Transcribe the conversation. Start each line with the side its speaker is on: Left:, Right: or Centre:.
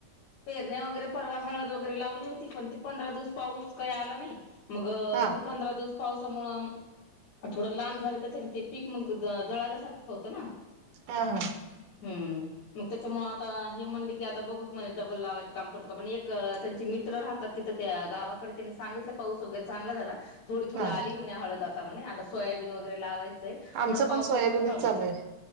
Left: पेरण्या वगैरे परवा हळद वगैरे लावली होती पण ते पंधरा दिवस पाऊस काही आला नाही. मग
Right: हा
Left: ते पंधरा पावसामुळं थोडं लांब झालं त्याच्याने ते पीक मग जळाल्यासारखं होतं ना.
Right: त्यामुळे
Left: हम्. मग त्याच्यामुळे आता हे म्हणले की आता बघुत म्हणे डबल लावायच काम पडते का एक त्यांचे मित्र राहतात तिथ त्या गावाकडे त्यांनी सांगितल. पाऊस वगैरे चांगला झाला थोडी थोडी
Right: हा
Left: आली म्हणे हळद आता म्हणे, आता सोयाबीन वगैरे लावाय च.
Right: आमचं
Left: थोड पावसामुळेच
Right: पण सोयाबीनच
Left: थांबलो
Right: चालू आहे.